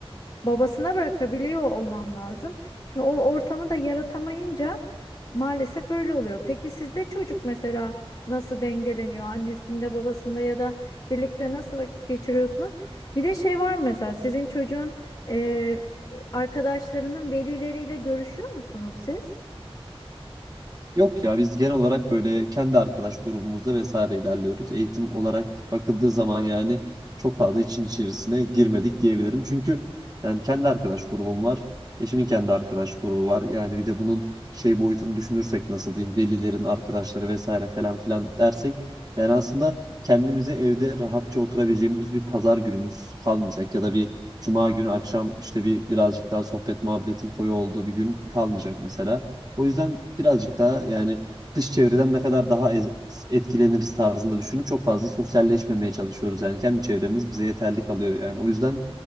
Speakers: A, on the left (about 35°); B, on the right (about 40°).
A: babasına bırakabiliyor olmam lazım. Şimdi o ortamı da yaratamayınca maalesef öyle oluyor. Peki sizde çocuk mesela nasıl dengeleniyor? Annesinde, babasında ya da Birlikte nasıl vakit geçiriyorsunuz? Bir de şey var mı mesela sizin çocuğun e, arkadaşlarının velileriyle görüşüyor musunuz siz?
B: Yok ya biz genel olarak böyle kendi arkadaş grubumuzda vesaire ilerliyoruz. Eğitim olarak bakıldığı zaman yani çok fazla için içerisine girmedik diyebilirim. Çünkü yani kendi arkadaş grubum var. Eşimin kendi arkadaş grubu var. Yani bir de bunun şey boyutunu düşünürsek nasıl diyeyim velilerin arkadaşları vesaire falan filan dersek yani aslında kendimize evde rahatça oturabileceğimiz bir pazar günümüz kalmayacak ya da bir cuma günü akşam işte bir birazcık daha sohbet muhabbetin koyu olduğu bir gün kalmayacak mesela. O yüzden birazcık daha yani dış çevreden ne kadar daha ez- etkileniriz tarzında düşünüp çok fazla sosyalleşmemeye çalışıyoruz. Yani kendi çevremiz bize yeterli kalıyor. Yani o yüzden